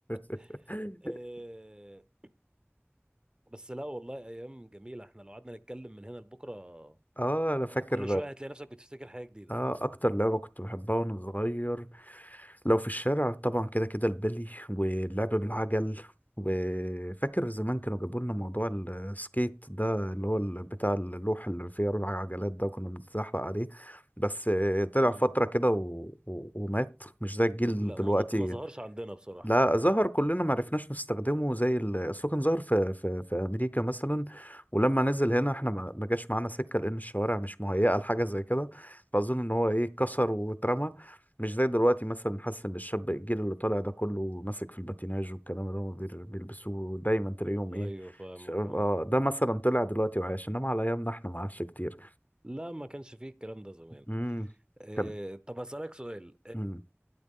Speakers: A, on the left; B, on the right.
A: <laughs>
B: <laughs> آه، بس لا والله ايام جميله احنا لو قعدنا نتكلم من هنا لبكره
A: اه انا فاكر
B: آه، كل شويه هتلاقي نفسك بتفتكر حاجه جديده
A: اه اكتر لعبه كنت بحبها وانا صغير لو في الشارع طبعا كده كده البلي واللعب بالعجل وفاكر زمان كانوا جابوا لنا موضوع السكيت ده اللي هو ال- بتاع اللوح اللي فيه أربع عجلات ده كنا بنتزحلق عليه بس آه، طلع
B: امم
A: فترة كده و... و... ومات مش زي الجيل
B: لا
A: دلوقتي
B: ما ظ- ما ظهرش عندنا بصراحه
A: لا ظهر كلنا ما عرفناش نستخدمه زي ال- اصله كان ظهر في في في امريكا مثلا ولما نزل هنا احنا ما ما جاش معانا سكه لان الشوارع مش مهيئه لحاجه زي كده فاظن ان هو ايه اتكسر واترمى مش زي دلوقتي مثلا حاسس ان الشاب الجيل اللي طالع ده كله ماسك في الباتيناج والكلام اللي هم بير- بيلبسوه دايما تلاقيهم
B: ايوه
A: ايه
B: فاهمك
A: شباب
B: اه
A: اه ده مثلا طلع دلوقتي وعايش انما على ايامنا احنا ما عادش كتير
B: لا ما كانش فيه الكلام ده زمان
A: امم
B: آه،
A: كان
B: طب هسألك سؤال
A: مم.